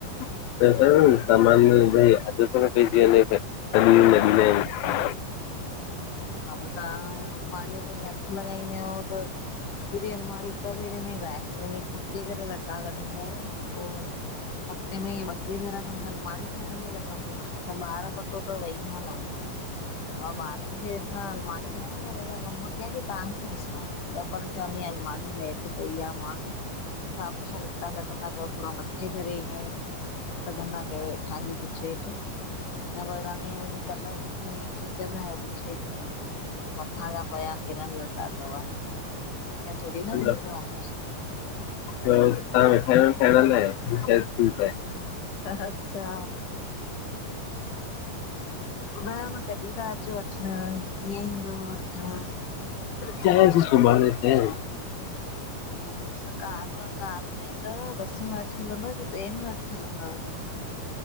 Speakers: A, on the left; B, on the left.
A: <unintelligible>
B: हा त तव्हां जी अलमड़ीअ खे हथ लॻाईंदीआंव त पूरी अलमारी <unintelligible> खिचे करे लटा कढंदा आहियो पो हफ़्ते में ईंअ ॿ ट्रे दफा मुखे अलमारी ठाइण में लॻंदो आ त ॿार पतो तओ वईंदा ना आहिनि। हा ॿारनि खे त अलमारी ठहियां, घर जा कम कया कि तव्हांखे ॾिसाओ। <unintelligible> अलमारी कई आ मां, हिसाब सां लटा कढंदा कयो थोड़ा मथे करे ईंअ कढंदा कयो हेठां जी बुशेट। न कलर ॾिसी खिंचंदा आयो कुछ हेठो खिचं, मथां जा पया केॾा लट्टा थव। ईअ थोड़ी न
A: ॾींदा
B: थींदो
A: आहिनि
B: आहे।
A: तव्हां वेठा आहियो न ठाएण लाइ, <unintelligible>
B: अच्छा, ॿुधाां न क कॾीं ता अचो वठणं कीअं ईंदव वठण?
A: चयसीं सुब्हांणें अचैं?
B: अच्छा कार कार में ईंदव बस में वठी हलंदव की ट्रेन में वठी हलंदव?